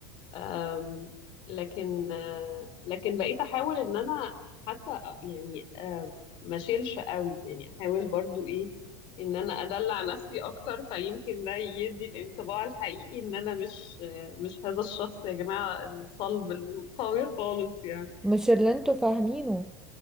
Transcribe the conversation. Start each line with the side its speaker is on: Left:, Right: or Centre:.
Left: أم، لكن آه، لكن بقيت احاول ان انا حتى آه، يعني آه، ما اشيلش قوي يعني احاول برضو ايه ان انا ادلع نفسي اكتر فيمكن ده يدي الانطباع الحقيقي ان انا مش آه، مش هذا الشخص يا جماعة الصلب القوي خالص يعني
Centre: مش اللي انتوا فاهمينه